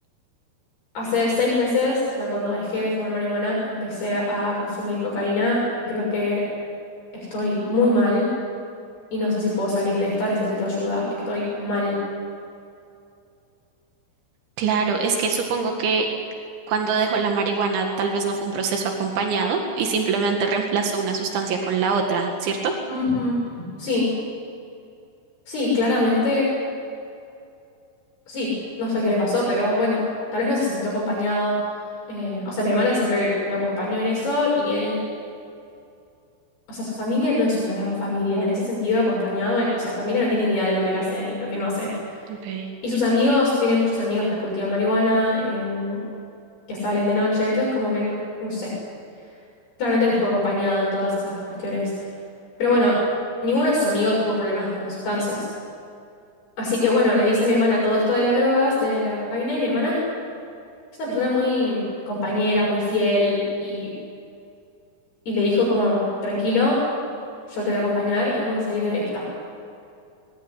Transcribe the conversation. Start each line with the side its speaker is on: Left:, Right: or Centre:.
Left: Hace seis meses, o sea, cuando dejé de fumar marihuana, empecé a consumir cocaína y creo que estoy muy mal y no sé si puedo salir de esta, necesito ayuda, estoy mal.
Right: Claro, es que supongo que cuando dejó la marihuana tal vez no fue un proceso acompañado y simplemente reemplazó una sustancia con la otra, ¿cierto?
Left: Ujú. Sí, sí, claramente, sí, no sé qué le pasó, pero bueno, tal vez no se sintió acompañado. eh, o sea, mi hermana siempre lo acompañó en eso y él, o sea, su familia no es una gran familia, en ese sentido, acompañado, él- esa familia no tiene idea de lo que él hace y lo que no hace.
Right: Okay.
Left: Y sus amigos, tiene muchos amigos que cultivan marihuana, em, que salen de noche, entonces como que no, no sé, claramente no estuvo acompañado en todas esas cuestiones. Pero bueno, ninguno de sus amigos tuvo problemas con las sustancias. Así que bueno, le dice a mi hermana todo esto de las drogas, de la cocaína, y mi hermana es una persona muy mm, compañera, muy fiel, y, y le dijo como, tranquilo, yo te voy a acompañar y vamos a salir de esta.